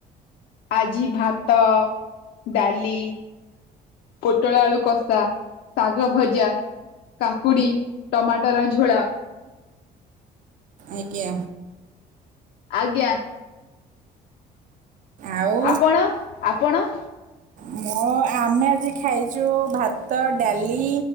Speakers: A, on the left; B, on the right.
A: ଆଜି ଭାତ ଡାଲି ପୋଟଳ ଆଳୁ କଷା ଶାଗ ଭଜା କାକୁଡି ଟମାଟର ଝୋଳ।
B: ଆଜ୍ଞା।
A: ଆଜ୍ଞା।
B: ଆଉ
A: ଆପଣ ଆପଣ।
B: ମୁଁ ଆମେ ଆଜି ଖାଇଚୁ ଭାତ ଡାଲି